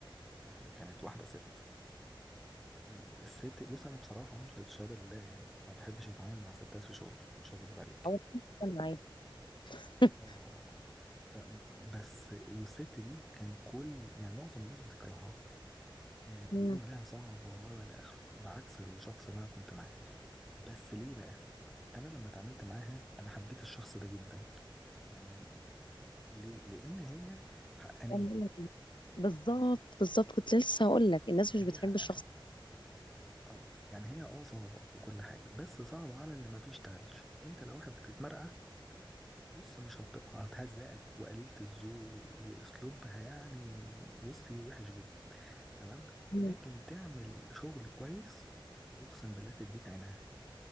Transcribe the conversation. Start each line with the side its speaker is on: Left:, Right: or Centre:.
Centre: آه، كانت واحدة ست آه، الست بص أنا بصراحة للشهادة لله يعني ما بحبش أتعامل مع ستات في شغل مش هكذب عليك
Left: اول حاجة انا عادي <laughs>
Centre: اه ف بس والست دي كان كل يعني معظم الناس بتكرهها آه، بيقولوا
Left: امم
Centre: عليها صعبة ولا آخره بعكس الشخص اللي أنا كنت معاه بس ليه بقى؟ أنا لما اتعاملت معاها أنا حبيت الشخص ده جدا يعني ليه؟ لأن هي حقانية
Left: أنا أقول لك بالظبط بالظبط كنت لسه هقول لك الناس مش
Centre: هي
Left: بتحب
Centre: حقانية
Left: الشخص
Centre: اه يعني هي اه صعبة وكل حاجة بس صعبة على اللي ما بيشتغلش انت لو واحد بتتمرقع بص مش هت- هتهزقك وقليلة الذوق واسلوبها يعني بصي وحش جدا تمام
Left: امم
Centre: لكن تعمل شغل كويس اقسم بالله تديك عينها